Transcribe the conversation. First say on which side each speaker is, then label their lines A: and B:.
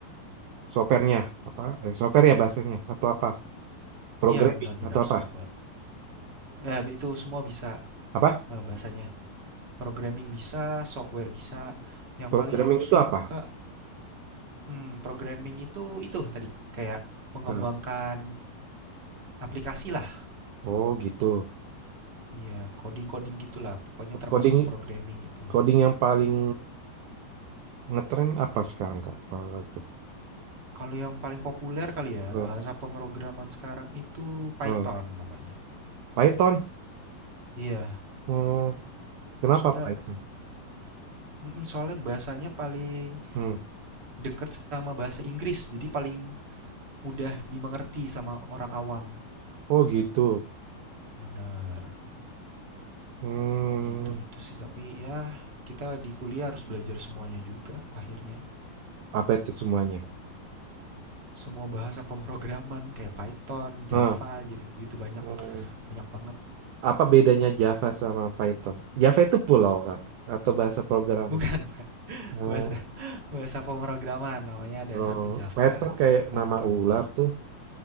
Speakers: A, on the right; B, on the right.
A: Softwarenya apa? Eh, software ya bahasanya atau apa? Programming
B: Ya benar-benar
A: atau apa?
B: software. Eh, itu semua bisa
A: Apa?
B: eh, bahasanya. Programming bisa, software bisa. Yang
A: Programming
B: paling aku suka
A: itu apa?
B: Hmm, programming itu itu tadi kayak mengembangkan
A: Nah,
B: aplikasi lah.
A: Oh gitu.
B: Iya, coding-coding gitulah. Pokoknya termasuk
A: Coding
B: programming itu.
A: coding yang paling Ngetren apa sekarang Kak? Kalau itu
B: Kalau yang paling populer kali ya,
A: Eh,
B: bahasa pemrograman sekarang itu Python
A: eh,
B: namanya.
A: Python.
B: Iya,
A: Hmm, kenapa
B: soalnya
A: Python?
B: mm, soalnya bahasanya paling
A: Hmm,
B: deket sama bahasa Inggris, jadi paling mudah dimengerti sama orang awam.
A: oh gitu.
B: Bener,
A: Hmm,
B: ya gitu-gitu sih. Tapi ya kita di kuliah harus belajar semuanya juga akhirnya.
A: apa itu semuanya?
B: semua bahasa pemrograman kayak Python,
A: Eh,
B: Java gitu-gitu banyak
A: hmm,
B: banyak banget.
A: apa bedanya Java sama Python? Java itu pulau Kak atau bahasa programming?
B: <laughs> Bukan, bukan.
A: Eh,
B: Bahasa bahasa pemrograman namanya ada
A: oh,
B: satu Java,
A: Python kayak
B: Python.
A: nama ular tuh.